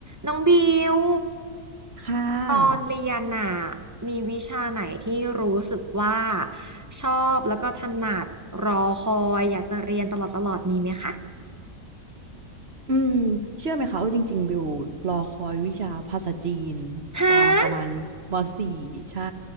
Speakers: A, on the right; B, on the right.
A: น้องบิว
B: ค่ะ
A: ตอนเรียนน่ะมีวิชาไหนที่รู้สึกว่าชอบแล้วก็ถนัดรอคอยอยากจะเรียนตลอดตลอดมีไหมคะ
B: อืมเชื่อไหมคะว่าจริงๆบิวรอคอยวิชาภาษาจีน
A: ฮะ
B: ตอนประมาณม .4 ใช่